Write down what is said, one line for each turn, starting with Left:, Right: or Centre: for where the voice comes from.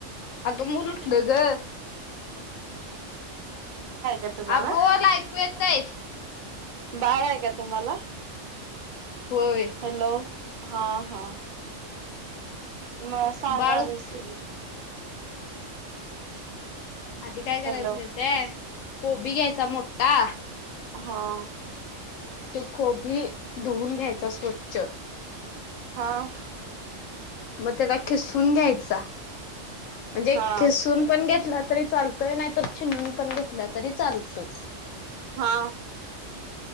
Left: अग मयु बगर <unintelligible>
Right: हाय का तुम्हाला
Left: बोल ऐकू येतय
Right: बाळा आहे का? तुम्हाला
Left: होय
Right: हॅलो. हा हा मग सांगा
Left: बाळ उठ
Right: रेसिपी
Left: अधी काय करायचं
Right: हॅलो
Left: माहित? कोबी घ्यायचा मोठा
Right: हां
Left: ते कोबी धुवन घ्यायचा स्वच्छ.
Right: हां
Left: मग त्याला खिसून घ्यायचा म्हणजे
Right: हा
Left: खिसून पण घेतला त री चालतोय नाहीतर चिंगरूण पण घेतलं तरी चालतोय.
Right: हां